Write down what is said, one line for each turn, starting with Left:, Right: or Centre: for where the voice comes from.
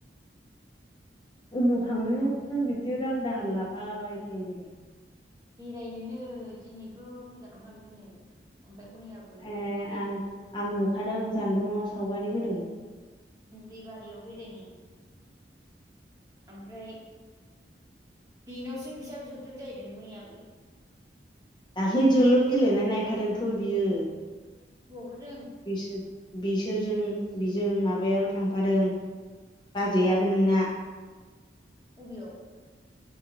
Left: अबाव थांनो
Right: ओमफ्राय
Left: बिदि रां दाहार लाबाय थायो बेलाय।
Right: बेरायनोनो दिनैबो गोजानाव थांदोंनो। ओमफ्राय मैयाबो अबेबा
Left: ए
Right: बेरायहैदोंनो।
Left: आं आं नुखादों जानबुंआव सावगारि होदों
Right: दैबारियाव बेरायनाय ओमफ्राय बेनावसो फैसा बिहरदों जाहैदों मैयाबो।
Left: दाख्लै जोलुर गेलेनाय नायफादोंथ' बियो।
Right: हौवाफोरजों?
Left: बिसोर बिसोरजों बिजों माबायाबो थांफादों। बाजैयाबो नोंना
Right: अबियाव?